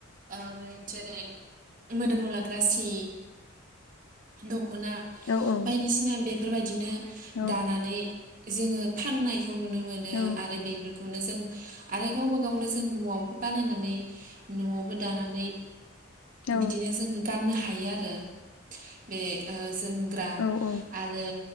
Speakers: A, on the right (about 40°); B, on the left (about 75°).
A: उम जेरै मोदोमाव लाग्रा सि दख खना
B: नोंथांमोननि
A: बायदिसिना बेफोर बायदिनो
B: औ
A: दानानै जोङो फाननाय खौ नुनो मोनो
B: औ
A: आरो बेफोरखौनो जों आरो गावबा गावनो जों न'आवबो बानायनानै न'आवबो दानानै
B: औ
A: बिदिनो जोङो गाननो हा हायो आरो बे ओ जोमग्रा
B: औ औ
A: आरो